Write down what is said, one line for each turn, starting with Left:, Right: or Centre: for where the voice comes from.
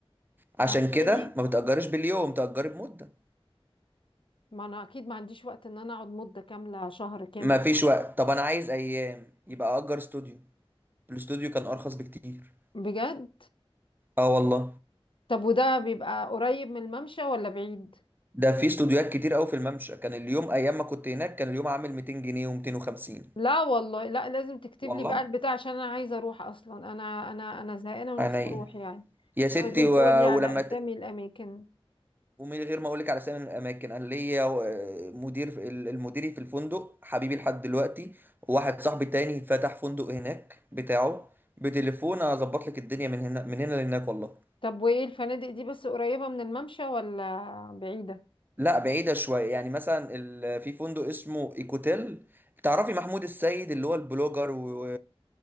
Right: عشان
Left: فهمتني؟
Right: كده ما بتأجرش باليوم تأجري بمدة
Left: ما أنا أكيد ما عنديش وقت إن أنا أقعد مدة كاملة شهر كامل
Right: ما فيش وقت طب انا عايز ايام يبقى اجر استوديو الاستوديو كان ارخص بكتير
Left: بجد؟
Right: اه والله
Left: طب وده بيبقى قريب من الممشى ولا بعيد؟
Right: ده في استوديوهات كتير قوي في الممشى كان اليوم ايام ما كنت هناك كان اليوم عامل 200 جنيه و250
Left: لا والله لا لازم تكتب
Right: والله
Left: لي بقى البتاع عشان أنا عايزة أروح أصلا أنا أنا أنا زهقانة ونفسي
Right: عينيا
Left: أروح يعني
Right: يا ستي
Left: لازم
Right: و...
Left: تقول لي على
Right: ولما
Left: أسامي
Right: ت...
Left: الأماكن
Right: ومن غير ما اقول لك على اسامي الاماكن انا ليا و- مدير في- ال- المديري في الفندق حبيبي لحد دلوقتي وواحد صاحبي تاني فتح فندق هناك بتاعه بتليفون اظبط لك الدنيا من هنا من هنا لهناك والله
Left: طب وايه الفنادق دي بس قريبة من الممشى ولا بعيدة
Right: لا بعيدة شوية يعني مثلا ال- في فندق اسمه ايكوتيل تعرفي محمود السيد اللي هو البلوجر و...